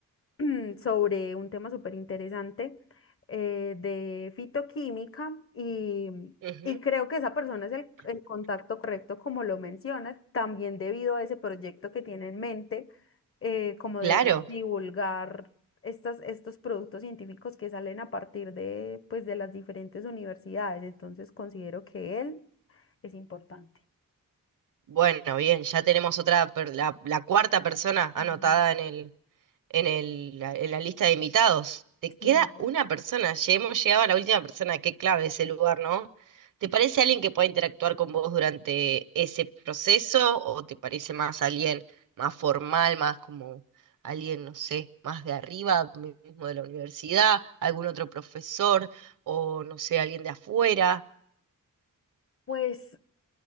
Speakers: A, on the left; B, on the right.
A: <clears throat> sobre un tema súper interesante eh, de fitoquímica y,
B: Ujú,
A: y creo que esa persona es el, el contacto correcto, como lo mencionas, también debido a ese proyecto que tiene en mente, eh, como de
B: Claro.
A: divulgar estas, estos productos científicos que salen a partir de, pues, de las diferentes universidades. Entonces considero que él es importante.
B: Bueno, bien, ya tenemos otra, per- la, la cuarta persona anotada
A: Ujú.
B: en el, en el, la- en la lista de invitados. Te queda
A: Sí,
B: una persona, ya hemos llegado a la última persona, qué clave ese lugar, ¿no? ¿Te parece alguien que pueda interactuar con vos durante ese proceso o te parece más alguien más formal, más como alguien, no sé, más de arriba, mismo de la universidad, algún otro profesor o, no sé, alguien de afuera?
A: pues